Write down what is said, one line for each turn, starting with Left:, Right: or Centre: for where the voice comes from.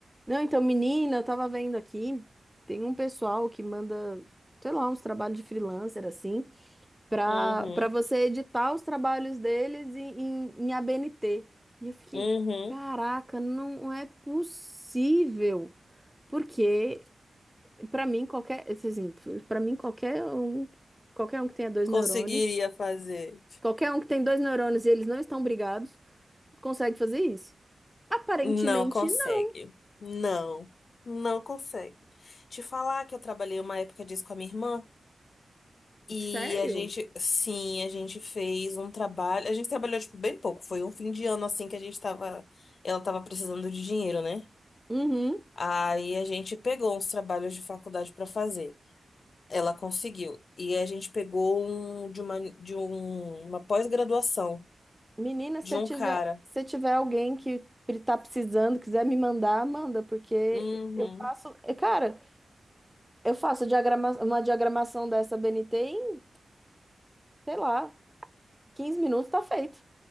Centre: Não, então, menina, eu tava vendo aqui, tem um pessoal que manda, sei lá, uns trabalhos de freelancer, assim, pra,
Left: Uhum,
Centre: pra você editar os trabalhos deles em, em, em ABNT. E eu fiquei,
Left: uhum.
Centre: caraca, não é possível. Porque, pra mim, qualquer, assim, pra mim, qualquer um, qualquer um que tenha dois
Left: Conseguiria
Centre: neurônios,
Left: fazer.
Centre: qualquer um que tem dois neurônios e eles não estão brigados, consegue fazer isso. Aparentemente,
Left: Não consegue.
Centre: não.
Left: Não, não consegue. Te falar que eu trabalhei uma época disso com a minha irmã e
Centre: Sério?
Left: a gente, sim, a gente fez um trabalho. A gente trabalhou, tipo, bem pouco. Foi um fim de ano, assim, que a gente tava. Ela tava precisando de dinheiro, né?
Centre: Uhum.
Left: Aí a gente pegou uns trabalhos de faculdade pra fazer. Ela conseguiu. E a gente pegou um de uma, de um, uma pós-graduação
Centre: Menina,
Left: de
Centre: se eu
Left: um
Centre: tiver,
Left: cara.
Centre: se eu tiver alguém que tá precisando, quiser me mandar, manda, porque
Left: Uhum.
Centre: eu faço, eu- cara, eu faço diagrama, uma diagramação dessa BNT em, sei lá, 15 minutos tá feito.